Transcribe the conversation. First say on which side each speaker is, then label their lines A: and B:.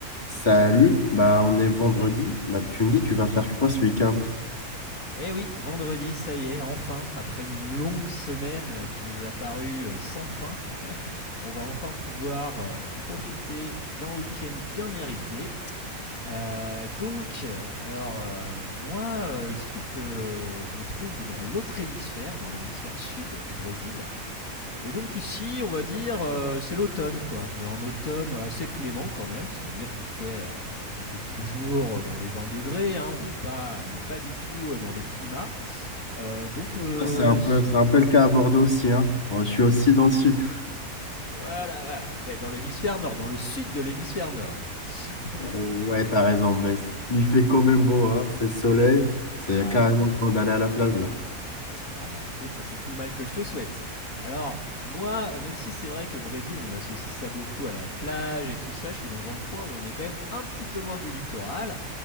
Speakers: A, on the left; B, on the left.
A: Salut, bah on est vendredi. Bah tu me dis tu vas faire quoi ce week-end?
B: Eh oui, vendredi, ça y est, enfin, après une longue semaine qui nous a paru euh, sans fin, on va enfin pouvoir euh, profiter d'un week-end bien mérité. Euh, donc, euh, alors, euh, moi, euh, il se trouve que je me trouve dans l'autre hémisphère, dans l'hémisphère sud, au Brésil. Et donc ici, on va dire, euh, c'est l'automne, quoi. Mais en automne assez clément quand même, c'est-à-dire qu'il fait... euh, il fait toujours euh, dans les 20 degrés, hein, on n'est pas, on n'est pas du tout euh, dans les frimas. Euh, donc, euh,
A: Ah, c'est un peu, c'est un peu le cas à Bordeaux aussi, hein. Moi, Je suis aussi dans le sud.
B: voilà, voilà. Ouais, dans l'hémisphère nord, dans le sud de l'hémisphère nord. <laughs>
A: Ouais, t'as raison, mais il fait quand même beau, hein. C'est le soleil. C'est
B: ah.
A: carrément le temps d'aller à la plage là.
B: Ah bah écoute, c'est tout le mal que je te souhaite. Alors, moi, même si c'est vrai que Brésil, on associe ça beaucoup à la plage et tout ça, je suis dans un coin où on est quand même un petit peu loin du littoral.